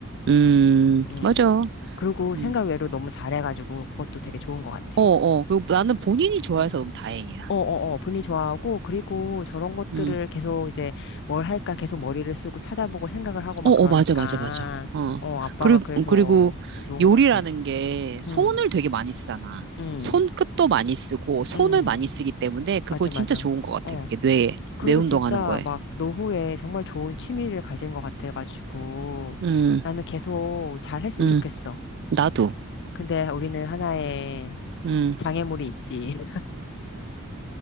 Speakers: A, on the right; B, on the left.
A: 응
B: 음.
A: 맞아.
B: 그리고 생각
A: 음.
B: 외로 너무 잘해가지고 그것도 되게 좋은 것 같아.
A: 어, 어. 그리고 나는 본인이 좋아해서 너무 다행이야.
B: 어어어, 분위 좋아하고, 그리고 저런 것들을
A: 음.
B: 계속 이제 뭘 할까 계속 머리를 쓰고 찾아보고 생각을 하고 막
A: 어, 어,
B: 그러니까,
A: 맞아, 맞아, 맞아. 어.
B: 어, 아빠가
A: 그리고,
B: 그래서
A: 그리고
B: 더 좋은
A: 요리라는
B: 것 같아.
A: 게 손을
B: 응,
A: 되게 많이 쓰잖아.
B: 응,
A: 손끝도 많이 쓰고, 손을
B: 응,
A: 많이 쓰기 때문에 그거
B: 맞아,
A: 진짜
B: 맞아.
A: 좋은 것 같아.
B: 어.
A: 그게 뇌에,
B: 그리고
A: 뇌 운동하는
B: 진짜
A: 거에.
B: 막 노후에 정말 좋은 취미를 가진 것 같아가지고,
A: 음,
B: 나는 계속 잘 했으면
A: 음.
B: 좋겠어.
A: 나도.
B: 근데 우리는 하나의
A: 음.
B: 장애물이 있지.